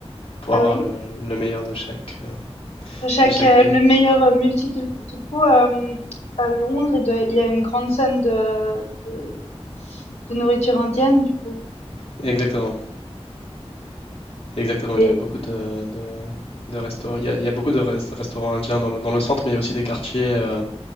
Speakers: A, on the left (about 65°); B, on the left (about 85°).
A: pour
B: Ah
A: avoir
B: oui?
A: le, le meilleur de chaque, euh,
B: De chaque,
A: de chaque
B: euh,
A: pays.
B: le meilleur euh, multiculturel. Du coup, euh, à Londres, il doit- il y a une grande scène de, de, de nourriture indienne, du coup.
A: Exactement, exactement.
B: Et
A: Il y a beaucoup de, de, de restaurants, il y a, il y a beaucoup de res- restaurants indiens dans le, dans le centre, mais il y a aussi des quartiers. euh,